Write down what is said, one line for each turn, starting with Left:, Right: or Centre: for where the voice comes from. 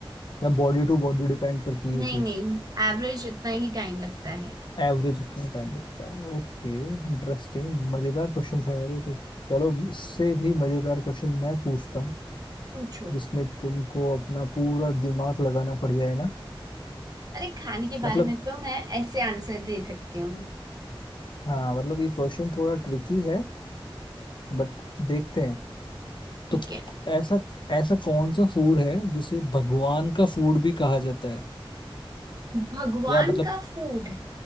Left: या बॉडी टू बॉडी डिपेंड करती है
Right: नहीं
Left: ये चीज
Right: नहीं एवरेज इतना ही टाइम लगता है
Left: एवरेज इतना टाइम लगता है Okay interesting मजेदार क्वेश्चन था यार ये तो चलो इससे भी मजेदार क्वेश्चन मैं पूछता हूँ
Right: पूछो
Left: जिसमें तुमको अपना पूरा दिमाग लगाना पड़ जाए ना
Right: अरे खाने के बारे
Left: मतलब
Right: में तो मैं ऐसे आंसर दे सकती हूँ
Left: हाँ मतलब ये क्वेश्चन थोड़ा ट्रिकी है बट देखते हैं
Right: ठीक
Left: तो
Right: है
Left: ऐसा ऐसा कौन सा फूड है जिसे भगवान का फूड भी कहा जाता है
Right: भगवान
Left: या मतलब
Right: का फूड